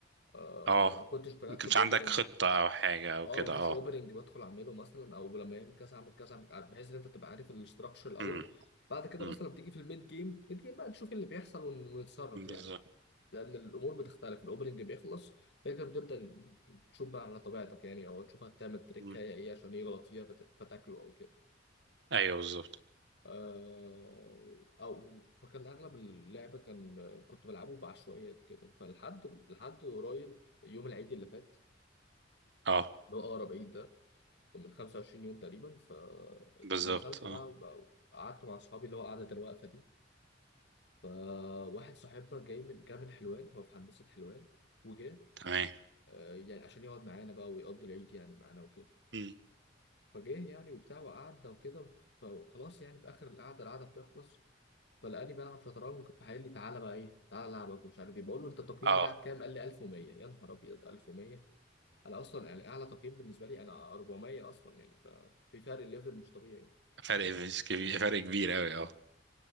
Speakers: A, on the left (about 60°); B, on the right (about 65°).
A: آه،
B: اه
A: ما كنتش برتب
B: ما كانش
A: اوبننج
B: عندك خطه او حاجه او
A: اه
B: كده
A: مفيش
B: اه
A: اوبننج بدخل اعمله مثلا او لما يعمل كذا اعمل كذا أعمل كذا، بحيث ان انت تبقى عارف الاستراكشر الاول
B: امم
A: بعد كده
B: امم
A: مثلا بتيجي في الميد جيم الميد جيم بقى نشوف إيه اللي بيحصل ون- ونتصرف
B: بالظبط
A: يعني لان الامور بتختلف الاوبننج بيخلص فكرة بتبدا تشوف بقى على طبيعتك يعني او تشوف هتعمل تريكايه
B: أمم.
A: ايه عشان يغلط فيها فت- فتاكله او كده
B: ايوه بالظبط
A: آه، او فكان اغلب اللعب كان كنت بلعبه بعشوائيات كده فلحد لحد قريب يوم العيد اللي فات
B: اه
A: اللي هو اقرب عيد ده من 25 يوم تقريبا فنزلت
B: بالظبط اه
A: بقى, بقى قعدت مع اصحابي اللي هو قعدة الوقفة دي فواحد صاحبنا جاي من جاي من حلوان هو في هندسة حلوان وجه
B: تمام
A: آه، يعني عشان يقعد معانا بقى ويقضي العيد يعني معانا وكده
B: أمم.
A: فجه يعني وبتاع وقعدنا وكده فخلاص يعني في اخر القعدة القعدة بتخلص فلقاني بلعب شطرنج فقال لي تعالى بقى ايه تعالى العبك ومش عارف ايه بقول له انت التقييم
B: اه
A: بتاعك كام قال لي 1100 يا نهار ابيض 1100 انا اصلا يعني اعلى تقييم بالنسبه لي انا 400 اصلا يعني ففي فرق ليفل مش طبيعي
B: فرق مش كبير فرق كبير قوي اه